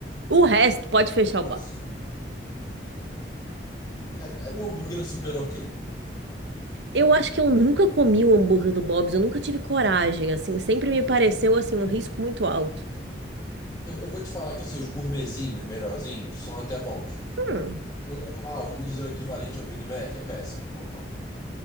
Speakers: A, on the right (about 75°); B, on the left (about 20°).
A: O resto pode fechar
B: Nossa.
A: o bar.
B: É, é um hambúrguer super ok.
A: Eu acho que eu nunca comi o hambúrguer do Bob's, eu nunca tive coragem, assim, sempre me pareceu assim um risco muito alto.
B: Eu, eu vou te falar que assim, os gourmetzinhos melhorzinhos são até bons.
A: Hum.
B: O normal, vamos dizer o equivalente ao Big Mac, é péssimo. Não come.